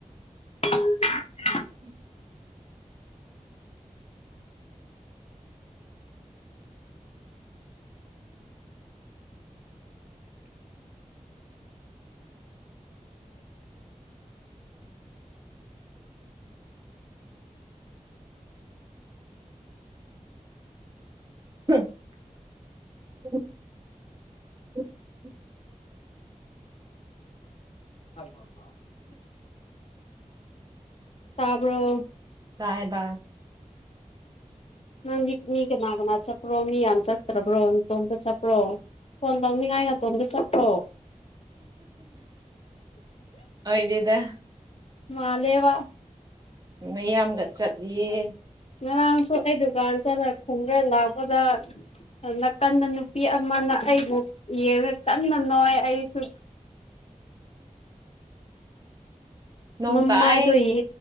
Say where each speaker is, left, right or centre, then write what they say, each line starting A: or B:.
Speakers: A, on the left (about 50°); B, on the right (about 30°).
A: <unintelligible>
B: ꯎꯝ <unintelligible>
A: <unintelligible> ꯇꯕꯔꯣ
B: ꯀꯥꯏꯕ
A: ꯅꯪꯗꯤ ꯃꯤ ꯀꯅꯥ ꯀꯅꯥ ꯆꯠꯄ꯭ꯔꯣ ꯃꯤ ꯌꯥꯝ ꯆꯠꯇ꯭ꯔꯕ꯭ꯔꯣ ꯇꯣꯝꯇ ꯆꯠꯄ꯭ꯔꯣ ꯐꯣꯟ ꯇꯧꯅꯤꯡꯉꯥꯏ ꯅꯥꯇꯣꯝꯗ ꯆꯠꯄ꯭ꯔꯣ
B: ꯍꯣꯏꯗꯗ
A: ꯃꯥꯂꯦꯕ
B: ꯃꯌꯥꯝꯒ ꯆꯠꯂꯤꯌꯦ
A: ꯉꯔꯥꯡꯁꯨ ꯑꯩ ꯗꯨꯀꯥꯟ ꯆꯠꯂ ꯈꯨꯝꯈ꯭ꯔ ꯂꯥꯛꯄꯗ ꯑꯗꯨꯅ ꯀꯟꯟꯅ ꯅꯨꯄꯤ ꯑꯃꯅ ꯑꯩꯕꯨ ꯌꯦꯉ ꯀꯟꯅ ꯅꯣꯏ ꯑꯩꯁꯨ
B: ꯅꯣꯡ
A: ꯃꯃꯥꯏꯗꯣ
B: ꯇꯥꯏ
A: ꯌꯦ